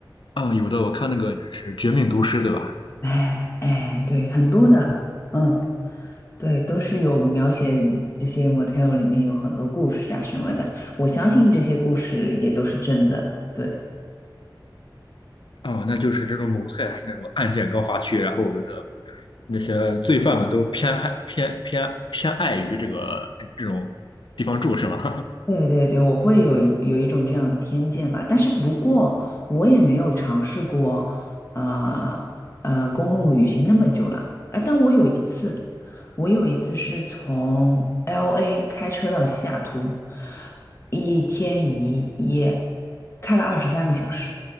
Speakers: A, on the left (about 80°); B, on the left (about 35°).
A: 嗯，有的我看那个就是《绝命毒师》，对吧？
B: 哎哎，对，很多的，嗯，对，都是有描写这些 motel 里面有很多故事啊什么的，我相信这些故事也都是真的。对。
A: 哦，那就是这种 motel 是那种案件高发区，然后的那些罪犯们都偏爱偏偏偏爱于这个这种地方住，是吗？<laughs>
B: 对对对，我会有一有一种这样的偏见吧，但是不过我也没有尝试过，呃呃，公路旅行那么久了，哎，但我有一次，我有一次是从 LA 开车到西雅图，一天一夜，开了二十三个小时。